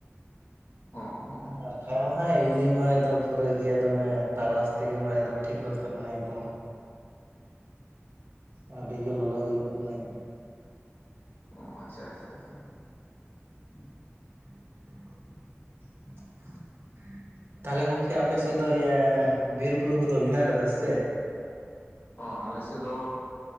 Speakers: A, on the left; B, on the right.
A: ᱦᱚᱸ ᱦᱚᱸ ᱦᱚᱸ
B: ᱟᱨ ᱠᱷᱟᱱ ᱢᱟ ᱦᱟᱸ ᱮᱢᱱᱤ ᱢᱟ ᱮᱠᱫᱚᱢ ᱯᱩᱨᱟᱹ ᱜᱮᱭᱟ ᱛᱚᱵᱮ ᱛᱟᱨᱟᱥ ᱛᱮᱜᱮ ᱢᱟ ᱮᱫᱚ ᱴᱷᱤᱠ ᱜᱚᱫ ᱠᱟᱜ ᱠᱟᱱᱟ ᱮᱠᱫᱚᱢ ᱟᱹᱰᱤ ᱜᱮ ᱞᱚᱞᱚ ᱜᱮ ᱟᱹᱭᱠᱟᱹᱜ ᱠᱟᱱᱟ ᱮᱠᱫᱚᱢ᱾
A: ᱚ ᱟᱪᱷᱟ ᱟᱪᱷᱟ ᱟᱪᱷᱟ ᱦᱩᱸ
B: <inaudible> ᱛᱟᱦᱚᱞᱮ ᱜᱚᱝᱠᱮ ᱟᱯᱮ ᱥᱮᱫ ᱫᱚ ᱤᱭᱟᱹ ᱵᱤᱨ ᱵᱩᱨᱩ ᱠᱚᱫᱚ ᱢᱮᱱᱟᱜ ᱟᱠᱟᱫᱟ ᱥᱮ?
A: ᱦᱚᱸ ᱟᱞᱮ ᱥᱮᱫ ᱫᱚ